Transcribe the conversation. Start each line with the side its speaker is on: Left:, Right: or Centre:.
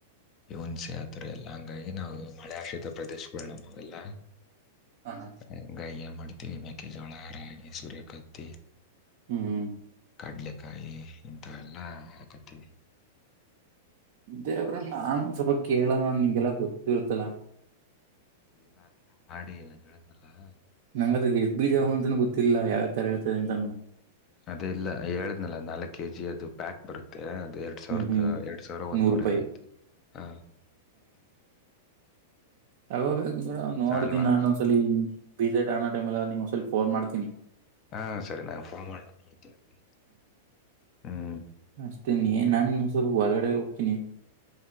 Left: ಈ ಉನ್ಸೆ ಆತರ ಎಲ್ಲಾ ಹಂಗಾಗಿ ನಾವು ಮಳೆ ಆಶ್ರಿತ ಪ್ರದೇಶಗಳು ನಮು ಎಲ್ಲಾ
Right: ಹಾ ಹಾ
Left: <unintelligible> ಮಾಡ್ತೀನವಿ ಮೆಕ್ಕೆೆಜೋಳ ಹಾರಿ ಸೂರ್ಯ ಕಾಂತಿ
Right: ಹುಂ
Left: ಕಡ್ಲೆಕಾಯಿ ಇಂಥ ಎಲ್ಲಾ ಹಾಕತ್ತವಿ
Right: ದೇವ್ರ ನಾನು ಸ್ವಲ್ಪ ಕೇಳ ನಿಂಗೆಲ್ಲ ಗೊತ್ತಿರುತ್ತಲ್ಲಾ
Left: <unintelligible> ಮಾಡಿ ಏನ <unintelligible>
Right: ನಂಗದ್ರ ಎಷ್ಟ ಬೀಜ ಅಂತನ ಗೊತ್ತಿಲ್ಲಾ ಯಾವ್ ತರಾ ಇರ್ತದೆ ಅಂತ
Left: ಅದೇ ಇಲ್ಲ ಹೇಳ್ನಲ್ಲ ನಾಲ್ಕ ಕೆ ಜಿ ಅದು ಪ್ಯಾಕ್ ಬರುತ್ತೆ ಅದ ಎರಡ್ ಸಾವಿರದ
Right: ಹ್ಮ್
Left: ಎರಡ್ ಸಾವಿರ ಒಂದನೂರ
Right: ನೂರು ರೂಪಾಯಿ
Left: ಇರುತ್ತೆ ಹ
Right: <unintelligible> ನೋಡ್ತೀ
Left: ಸಾಲ್ವ್ ಹಾಕ್
Right: ನಾನು ಒಂದಸಲಿ ಬೀಜ ಅಣೋ ಟೈಮ ಎಲ್ಲಾ ನಿ ಒಂದಸಲ ಫೋನ್ ಮಾಡತನಿ
Left: ಹಾ ಸರಿ ನಾನ್ ಫೋನ್ ಮಾಡು ಬರ್ತೀನಿ ಹುಂ
Right: ಅಷ್ಟತೇ ನನ್ನ ನಾನು <unintelligible> ಹೊರಗಡೆ ಹೋಗ್ತೀನಿ